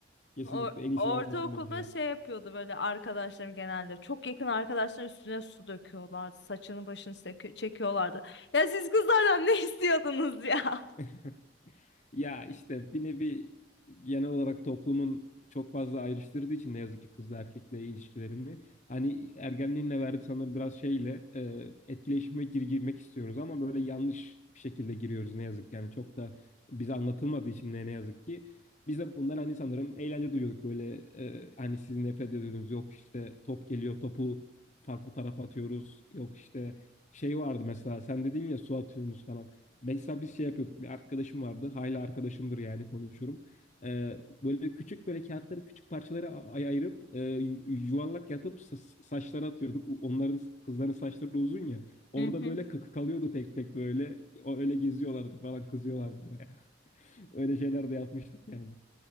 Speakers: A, on the left (about 40°); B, on the left (about 65°).
A: Kesinlikle
B: O,
A: en iyisini
B: ortaokulda
A: yapmışsın bence ya.
B: şey yapıyordu böyle arkadaşlarım genelde. Çok yakın arkadaşların üstüne su döküyorlardı. Saçını başını seki- çekiyorlardı. Ya siz kızlardan <laughs> ne istiyordunuz ya?
A: <laughs> Ya işte bir nevi genel olarak toplumun çok fazla ayrıştırdığı için ne yazık ki kızla erkekle ilişkilerini hani ergenliğinle verdi sanırım biraz şeyle e, etkileşime gir girmek istiyoruz ama böyle yanlış bir şekilde giriyoruz ne yazık ki. yani çok da bize anlatılmadığı için ne, ne yazık ki biz de bundan hani sanırım eğlence duyuyorduk böyle e, hani sizin nefret ediyorsunuz yok işte top geliyor topu farklı tarafa atıyoruz yok işte şey vardı mesela sen dedin ya su atıyorsunuz falan Mesela biz şey yapıyorduk. Bir arkadaşım vardı. Hala arkadaşımdır yani konuşurum. Ee, böyle küçük böyle kağıtları küçük parçalara ay- ayırıp e, yu- yuvarlak yapıp sa- saçlara atıyorduk. Onların kızların saçları uzun ya. Orada
B: <laughs>
A: böyle kıkı kalıyordu tek tek böyle. O öyle geziyorlardı falan kızıyorlardı bayağı. <laughs> Öyle şeyler de yapmıştık yani.